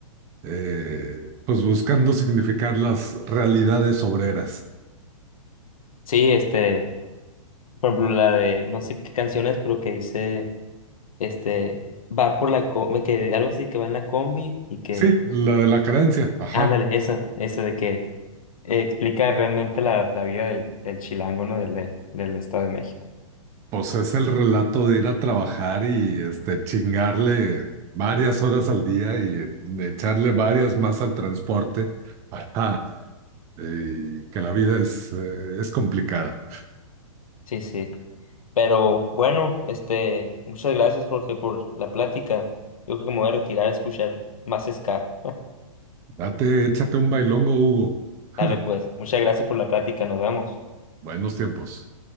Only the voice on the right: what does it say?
eh, pues buscando significar las realidades obreras.
Sí, la de la carencia, ajá.
Pues es el relato de ir a trabajar y este chingarle varias horas al día y eh, echarle varias más al transporte. Ajá. Y que la vida es, eh, es complicada.
Date, échate un bailongo, Hugo.
Ja,
buenos tiempos.